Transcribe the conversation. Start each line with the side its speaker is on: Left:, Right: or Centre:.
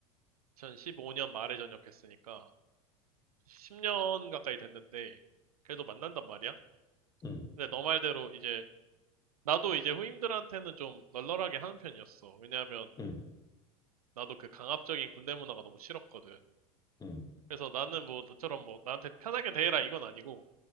Right: 2015년 말에 전역했으니까 10년 가까이 됐는데 그래도 만난단 말이야.
Left: 응,
Right: 근데 너 말대로 이제 나도 이제 후임들한테는 좀 널널하게 하는 편이었어. 왜냐하면
Left: 응,
Right: 나도 그 강압적인 군대 문화가 너무 싫었거든.
Left: 응,
Right: 그래서 나는 뭐 너처럼 뭐 나한테 편하게 대해라 이건 아니고